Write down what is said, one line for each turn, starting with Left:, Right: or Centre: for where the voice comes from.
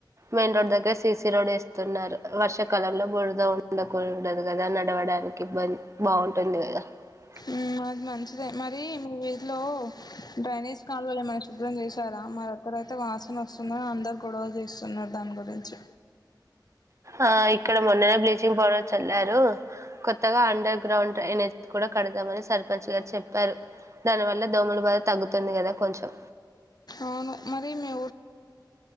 Right: మెయి రోడ్ దగ్గర సిసి రోడ్ ఎ స్తున్నారు వర్షాకాలంలో బురద ఉండకూడదు కదా నడవడానికి ఇబ్బంది బావుంటుంది కదా ఇగ
Left: హ్మ్ అది మంచిదే మరి మీ వీధిలో డ్రైనేజ్ కాలువలు ఏమన్న శుభ్రం జేశారా మ దగ్గర అయితే వాసన వస్తుందని అందరు గొడవ చేస్తున్నారు దాని గురించి
Right: ఆ ఇక్కడ మొన్ననే బ్లీచింగ్ పౌడర్ చల్లారు కొత్తగా అండర్ గ్రౌండ్ డ్రైనెజ్ కూడా కడదామని సర్పంచ్ గారు చెప్పారు దాని వల్ల దోమల బాధ తగ్గుతుంది కదా కొంచెం
Left: అవును మరి మీ